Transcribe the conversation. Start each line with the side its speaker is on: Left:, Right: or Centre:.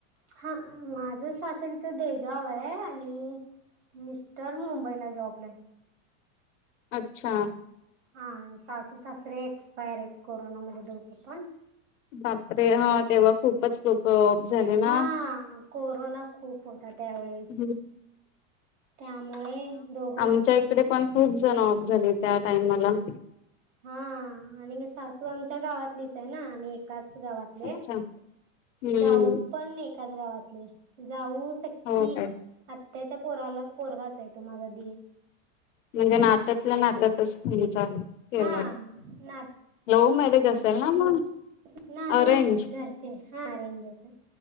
Right: हा माझं सासरी इथं देगाव आहे आणि मिस्टर मुंबईला जॉबलाईन.
Left: अच्छा!
Right: हा सासू सासरे एक्सपायर आहेत कोरोना मध्ये दोघं पण
Left: बापरे हा तेवघ. खूपच लोक झाले ना.
Right: हा कोरोना खूप होता त्यावेेळेस
Left: हम्!
Right: त्यामुळे दोघ.
Left: आमच्या इकडे पण खूप जण ऑप झाले त्या टाइमला-
Right: हा आणि सासू आमच्या गावातलीच आहे ना आम्ही एकाच गावात
Left: अच्छा हम्म
Right: जाऊ पण नाही एकाच गावातले जाऊ सखी
Left: हो काय
Right: हत्याच्या पोराला पोरगाच आहे तो माझा <inaudible>
Left: म्हणजे नात्यातला नात्यातच त्यांच आहे. केय
Right: हा नात
Left: लव्ह मॅरेज असेल ना मग.
Right: मोठ नाही
Left: अरेंज
Right: नाही घरचे हा अरेंज होत.